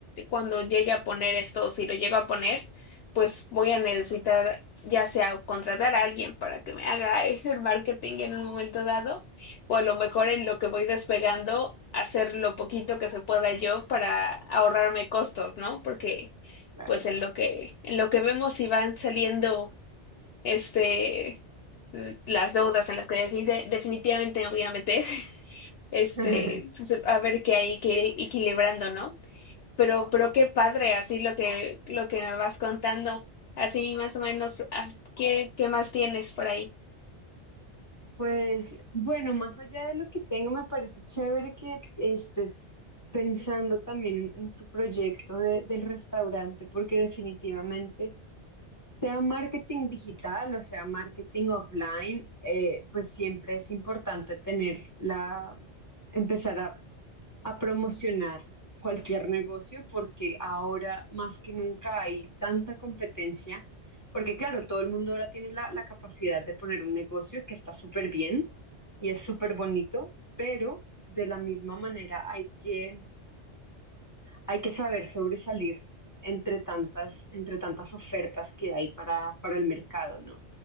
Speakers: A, on the left (about 65°); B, on the left (about 20°).
A: cuando llegue a poner esto, o si lo llego a poner, pues voy a necesitar ya sea contratar a alguien para que me haga el marketing en un momento dado o a lo mejor en lo que voy despegando, hacer lo poquito que se pueda yo para ahorrarme costos, ¿no? Porque
B: claro.
A: pues en lo que, en lo que vemos si van saliendo este mm, las deudas en las que defini- definitivamente me voy a meter, <laughs> este,
B: <laughs>
A: pues, a ver qué hay que ir equilibrando, ¿no? Pero, pero qué padre, así lo que, lo que me vas contando, así más o menos, ah, ¿qué, qué más tienes por ahí?
B: Pues bueno, más allá de lo que tengo, me parece chévere que estés pensando también en tu proyecto de- del restaurante, porque definitivamente, sea marketing digital o sea marketing offline, eh, pues siempre es importante tener la, empezar a a promocionar cualquier negocio porque ahora más que nunca hay tanta competencia, porque claro, todo el mundo ahora tiene la, la capacidad de poner un negocio que está súper bien y es súper bonito, pero de la misma manera hay que hay que saber sobresalir entre tantas, entre tantas ofertas que hay para, para el mercado, ¿no?